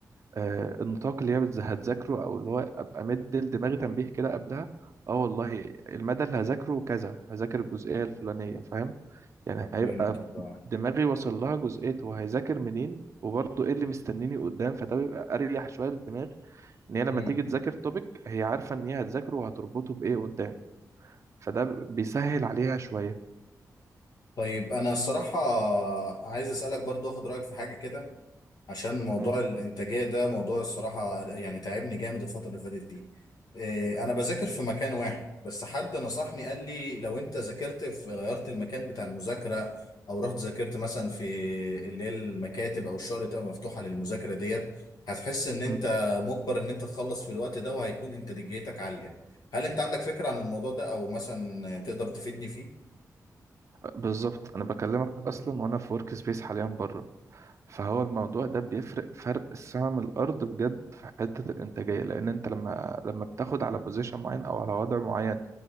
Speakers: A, on the right; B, on the left.
A: آه، النطاق اللي هي بتز- هتذاكره او اللي هو ابقى مدي لدماغي تنبيه كده قبلها اه والله المدى اللي هذاكره كذا هذاكر الجزئيه الفلانيه فاهم يعني هيبقى
B: فهمتك اه
A: دماغي وصل لها جزئية هو هيذاكر منين وبرضه ايه اللي مستنيني قدام فده بيبقى اريح شوية للدماغ ان هي لما
B: مم.
A: تيجي تذاكر توبيك هي عارفة ان هي هتذاكره وهتربطه بايه قدام فده بيسهل عليها شوية
B: طيب انا الصراحه عايز اسالك برضو اخد رايك في حاجه كده عشان موضوع
A: مم.
B: الانتاجيه ده موضوع الصراحه يعني تعبني جامد الفتره اللي فاتت دي إيه، انا بذاكر في مكان واحد بس حد نصحني قال لي لو انت ذاكرت في غيرت المكان بتاع المذاكره او رحت ذاكرت مثلا في اللي هي المكاتب او الشغل اللي بتبقى مفتوحه للمذاكره ديت هتحس ان انت
A: مم.
B: مجبر ان انت تخلص في الوقت ده وهيكون انتاجيتك عاليه هل انت عندك فكره عن الموضوع ده او مثلا تقدر تفيدني فيه
A: بالظبط انا بكلمك اصلا وانا في ورك سبيس حاليا بره فهو الموضوع ده بيفرق فرق السما من الارض بجد في حته الانتاجيه لان انت لما لما بتاخد على بوزيشن معين او على وضع معين